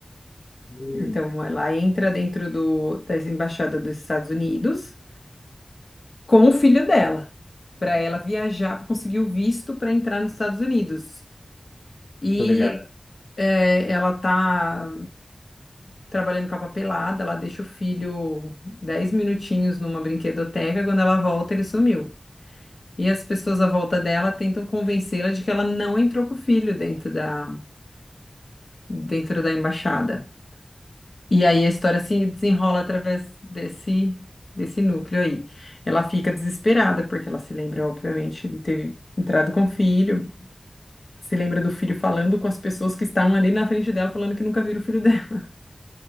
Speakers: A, on the left (about 50°); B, on the left (about 65°).
A: Hum,
B: Então, ela entra dentro do, da embaixada dos Estados Unidos com o filho dela, para ela viajar, para conseguir o visto para entrar nos Estados Unidos. E
A: tô ligado.
B: é, ela tá trabalhando com a papelada, ela deixa o filho 10 minutinhos numa brinquedoteca, quando ela volta, ele sumiu. E as pessoas à volta dela tentam convencê-la de que ela não entrou com o filho dentro da, dentro da embaixada. E aí a história se desenrola através desse, desse núcleo aí. Ela fica desesperada, porque ela se lembra, obviamente, de ter entrado com o filho. Se lembra do filho falando com as pessoas que estavam ali na frente dela, falando que nunca viram o filho dela.